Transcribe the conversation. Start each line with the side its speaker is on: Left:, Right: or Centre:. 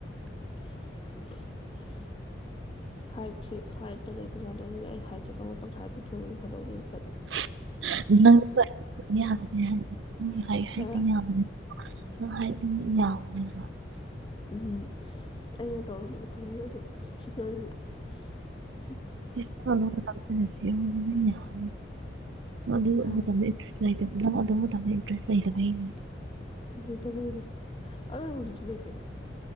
Left: <inaudible> ꯍꯥꯏꯠꯁꯦ ꯍꯥꯏꯠꯇ ꯂꯩꯕꯖꯥꯗ ꯑꯗꯨꯗꯤ ꯑꯩ ꯍꯥꯏꯠꯁꯦ ꯄꯪ ꯄꯪꯁ ꯍꯥꯏ ꯄꯤꯊꯣꯛꯎꯅꯤ ꯐꯥꯗꯣꯛꯔꯤ
Right: ꯗꯤ ꯍꯥꯏꯗꯤ
Left: ꯍꯥ
Right: ꯌꯥꯎꯕꯅꯦꯕ
Left: ꯎꯝ ꯑꯩꯅ ꯇꯧꯔꯝꯕꯗꯤ ꯐꯖꯩ ꯑꯗꯣ ꯏꯁꯄꯤꯤꯀꯔꯁ
Right: ꯁꯤ ꯌꯥ ꯃ ꯑꯗꯨꯦ
Left: ꯍꯥ
Right: ꯂꯩ ꯅꯪ ꯑꯗꯨꯕꯨꯗ ꯂꯩꯗ꯭ꯔꯦ ꯂꯩꯇꯕꯩꯅꯦ
Left: ꯂꯩꯇꯕꯩꯅꯦ ꯑꯗꯨ ꯍꯧꯖꯤꯛꯁꯨ ꯂꯩꯇꯦꯗ